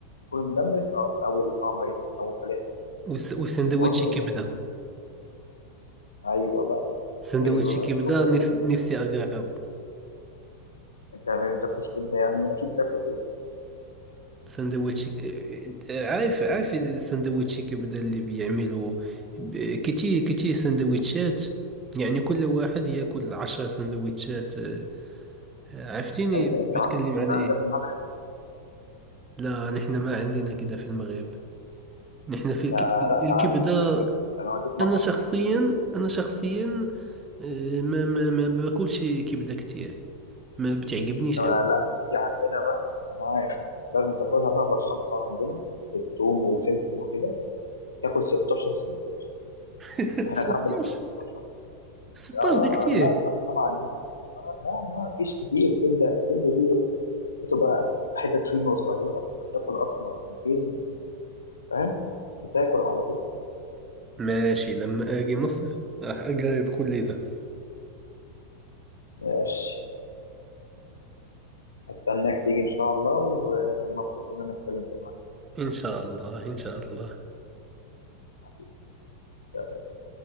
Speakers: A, on the left; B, on the right.
A: فول مدمس اه او الطعميه او الفلافل
B: والس- والسندويتش
A: المهم
B: كبدة
A: يبقى في ايوه بقى
B: سندويتش
A: ايوه
B: كبدة
A: هو
B: نفس...
A: ده
B: نفسي أجربه
A: انت ما بتاكلش كبده يعني اكيد باكل كبده
B: سندويتشي عارف عارف السندويتشي كبدة اللي بيعملوا ب- كتير كتير سندويتشات يعني كل واحد ياكل عشر سندويتشات آه، عرفتيني
A: اي انت
B: بتكلم
A: ما عندكوش
B: عن
A: الكلام
B: ايه
A: ده في المغرب
B: لا نحن ما عندنا كده في المغرب نحن في الك...
A: ده
B: الكبدة
A: لا تعال اوديك لا انا اوديك
B: انا
A: مطعم
B: شخصيا انا شخصيا آه، ما ما ما باكلش كبدة كتير ما بتعجبنيش
A: آه،
B: أوي
A: لا تيجي عندنا بقى انا عارف لازم تاكلها بقى بالخلطه عندنا الثوم والفلفل وكده تاكل 16 سندوتش
B: <laughs>
A: احنا
B: 16
A: ساعات بناكل 16
B: 16
A: اه
B: ده كتير
A: لا الارقام عندنا آه لا لا مفيش كتير الكبده الكبده دي بتبقى حتت فين صغيره فانت بتاكل قطمه قطمتين فاهم بتاكل على طول
B: ماشي لما اجي مصر راح اجرب كل ده
A: ماشي استناك تيجي ان شاء الله ومبسوط ان انا اتكلمت معاك
B: إن شاء الله إن شاء الله
A: حبيبي سلام